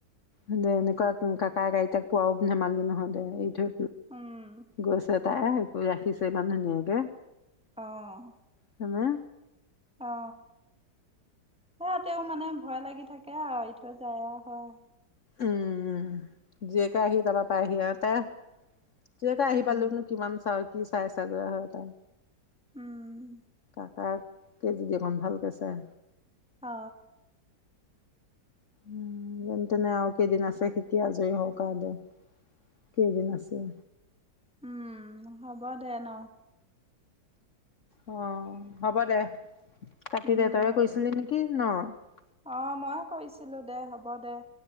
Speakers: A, on the left; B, in the centre.
A: এনেকুৱা কাকাই গাড়ীতাক পোৱাও ধেমালি নহয় দে এই থৈ
B: উম
A: গৈছে <unintelligible> তাই কৰি ৰাখিছে মানে ধুনীয়াকে
B: আহ
A: হয়নে
B: অ সিহতেও মানে ভয় লাগি থাকে আৰু ই থৈ যায় হয়
A: উম যে কৈ আহি তা পহ আ তে তেতিয়াকে আহি
B: উম।
A: পালোনো কিমান চা কি চাই চাগৈ হয় তাই
B: উম
A: কাক কে যদি অকণ ভালকৈ চাই
B: অ
A: উ যেন তেনে আৰু কেইদিন আছে শিকি আছো জয় হকাৰ দে কেইদিন আছে
B: উম হ'ব দে ন
A: অ হ'ব দে কাতি
B: উম,
A: দেউতাই কৈছিলি নেকি <unintelligible> কি নু <unintelligible>
B: অ মইও কৰিছিলো দে হ'ব দে